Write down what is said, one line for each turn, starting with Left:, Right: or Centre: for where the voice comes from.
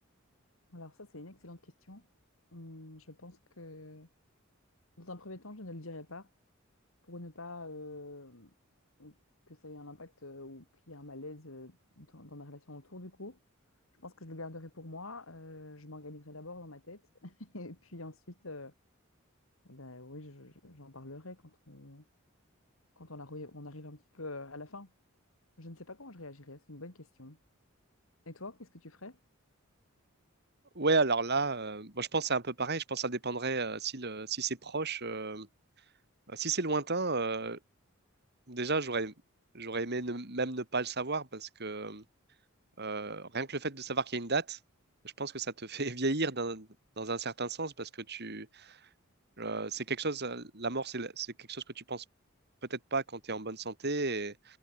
Left: Alors ça, c'est une excellente question. Hum, je pense que dans un premier temps, je ne le dirai pas pour ne pas euh, que ça ait un impact euh, ou qu'il y ait un malaise euh, dans, dans mes relations autour du coup. Je pense que je le garderai pour moi. Euh, je m'organiserai d'abord dans ma tête <laughs> et puis ensuite, euh, ben oui, je- je- j'en parlerai quand on, quand on, arri- on arrive un petit peu euh, à la fin. Je ne sais pas comment je réagirai, c'est une bonne question. Et toi, qu'est-ce que tu ferais?
Right: Ouais, alors là, euh, moi je pense que c'est un peu pareil. Je pense que ça dépendrait euh, si, le, si c'est proche. euh, Euh, Si c'est lointain, euh, déjà, j'aurais, j'aurais aimé ne- même ne pas le savoir parce que euh, rien que le fait de savoir qu'il y a une date, je pense que ça te fait <laughs> vieillir d'un- dans un certain sens parce que tu, euh, c'est quelque chose, euh, la mort, c'est la- c'est quelque chose que tu penses peut-être pas quand tu es en bonne santé et,